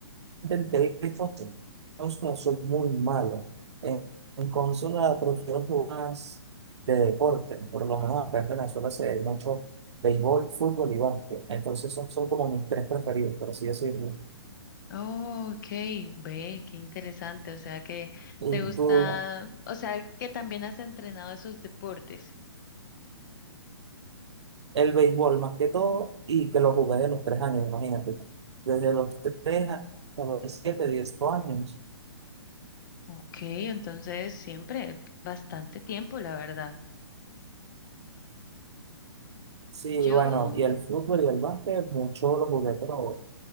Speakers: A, on the right; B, on the left.
A: en teléfono. En consola soy muy malo. En, en consola prefiero jugar más de deporte. Por lo menos acá en Venezuela se ve mucho béisbol, fútbol y básquet. Entonces son, son como mis tres preferidos, por así decirlo.
B: Oh, ok, ve, qué interesante. O sea que
A: Y
B: te gusta,
A: tú,
B: o sea que también has entrenado esos deportes.
A: el béisbol más que todo, y que lo jugué de los tres años, imagínate. Desde los tres hasta los siete, diez años.
B: Ok, entonces siempre bastante tiempo, la verdad.
A: Sí,
B: Yo,
A: bueno, y el fútbol y el básquet, mucho lo jugué, pero